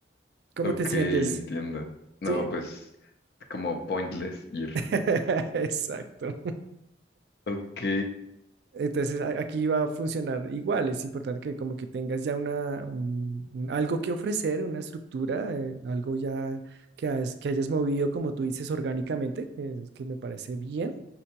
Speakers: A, on the right (about 65°); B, on the left (about 60°).
A: ¿Cómo
B: Ok,
A: te sientes?
B: entiendo. No,
A: ¿Sí?
B: pues como pointless ir.
A: <laughs> Exacto.
B: Ok,
A: Entonces a- aquí va a funcionar igual. Es importante que como que tengas ya una, un- un- algo que ofrecer, una estructura, eh, algo ya que, has- que hayas movido, como tú dices, orgánicamente, que, es- que me parece bien,